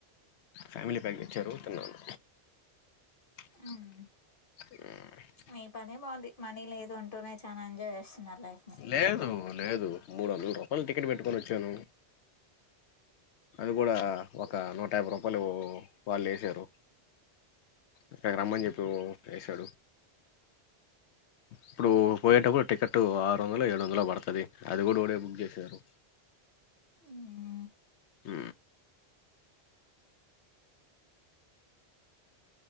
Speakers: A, on the left; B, on the left.
A: ఫ్యామిలీ ప్యాక్ తెచ్చారు తిన్నాను మ్
B: మ్మ్ మీ పనే బావుంది మనీ లేదు అంటూనే చాలా ఎంజాయ్ జేస్తున్నారు లైఫ్ ని
A: లేదు లేదు మూడు వందల రూపాయల టికెట్ పెట్టుకొని వచ్చాను అది గూడా ఒక నూట యాభై రూపాయలు వాళ్ళు వేసారు ఇక్కడికి రమ్మని చెప్పి వేసాడు ఇప్పుడు పోయేటప్పుడు టికెట్ ఆరు వందలు ఏడు వందలో పడుతది అది గూడా ఓడే బుక్ చేశారు
B: మ్
A: మ్